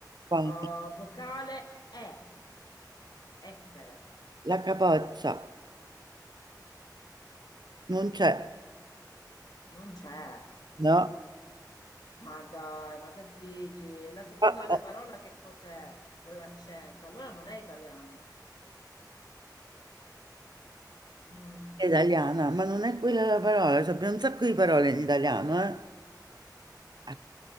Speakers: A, on the right; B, on the left.
A: Poi,
B: Uh, vocale è essere,
A: La capoccia non c'è,
B: non c'è.
A: no?
B: Ma dai, ma che dici? La seconda
A: Ah,
B: la
A: ah,
B: parola che cos'è? Con l'accento, allora non è italiana. Mm,
A: È italiana, ma non è quella la parola. cioè, abbiamo un sacco di parole in italiano, eh? Ah,